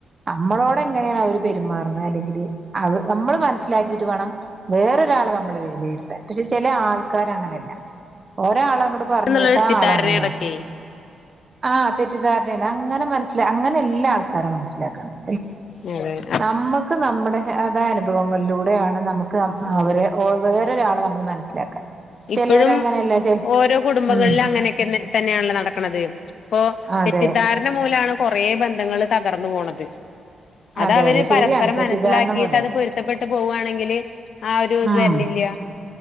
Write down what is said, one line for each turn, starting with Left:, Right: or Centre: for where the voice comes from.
Right: നമ്മളോടെ എങ്ങനെയാണ് അവര് പെരുമാറുന്നത് അല്ലെങ്കിൽ അ നമ്മൾ മനസ്സിലാക്കിട്ട് വേണം വേറൊരാളെ നമ്മൾ വിലയിരുത്താന്‍ പക്ഷെ ചില ആൾക്കാര് അങ്ങനെയല്ല ഒരാൾ അങ്ങോട്ട് പറഞ്ഞു
Left: എന്നുള്ളൊരു
Right: കേട്ട്
Left: തെറ്റിദ്ധാരണകളൊക്കെ
Right: ആ ആള് അങ്ങനെയാ ആ തെറ്റിദ്ധാരണയാണ് അങ്ങനെ മനസ്സില അങ്ങനെ അല്ലാ ആൾക്കാരെ മനസ്സിലാക്കേണ്ടത്
Left: <unintelligible>
Right: നമ്മുക്ക് നമ്മുടെ അതായ അനുഭവങ്ങളിലൂടെയാണ് നമുക്ക്
Left: ഉം
Right: അവരെ വേറൊരാളെ നമ്മൾ മനസിലാക്കേണ്ടത്
Left: ഇപ്പഴും
Right: ചെലോര് അങ്ങനെയല്ല
Left: ഓരോ കുടുംബങ്ങളിലും
Right: ഉം
Left: അങ്ങനെയൊക്കെ തന്നെയാണല്ലോ നടക്കന്നത് ഇപ്പോ
Right: അതെ
Left: തെറ്റിദ്ധാരണ മൂലമാണ് കൊറെ ബന്ധങ്ങൾ തകർന്നു പോണത്
Right: അതെ
Left: അതവര്
Right: അതെ ശരിയാണ്
Left: പരസ്പരം
Right: തെറ്റിദ്ധാരണ
Left: മനസ്സിലാക്കിട്ട്
Right: മൂലം
Left: അത് പൊരുത്തപ്പെട്ടു പോവുവാണെങ്കില് ആ ഒരു ഇത്
Right: ഉം
Left: വരണില്ല്യ